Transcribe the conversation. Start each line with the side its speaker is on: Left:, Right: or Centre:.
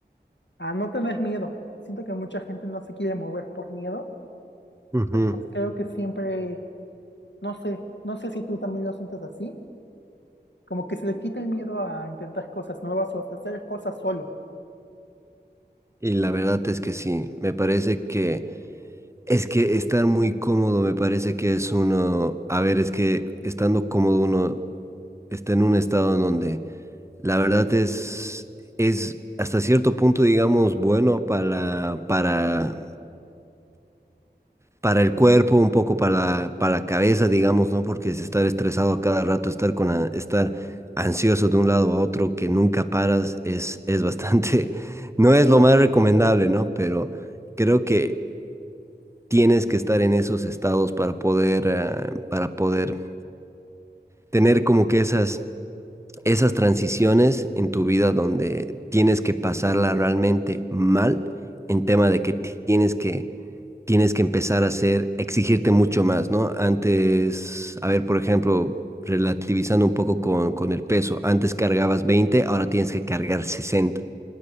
Left: a no tener miedo. Siento que mucha gente no se quiere mover por miedo,
Right: Ujú.
Left: pues creo que siempre No sé, no sé si tú también lo sientes así, como que se le quita el miedo a intentar cosas nuevas o hasta hacer cosas solo,
Right: Y la verdad es que sí, me parece que es que estar muy cómodo me parece que es uno, a ver, es que estando cómodo uno está en un estado en donde la verdad es es hasta cierto punto digamos bueno para para para el cuerpo, un poco para para la cabeza, digamos, ¿no? Porque es estar estresado a cada rato, estar con a- estar ansioso de un lado a otro que nunca paras es es bastante <laughs> no es lo más recomendable, ¿no? Pero Creo que tienes que estar en esos estados para poder, ah, para poder tener como que esas, esas transiciones en tu vida donde tienes que pasarla realmente mal en tema de que tienes que, tienes que empezar a hacer, exigirte mucho más, ¿no? Antes, a ver, por ejemplo, relativizando un poco con, con el peso, antes cargabas 20 ahora tienes que cargar sesenta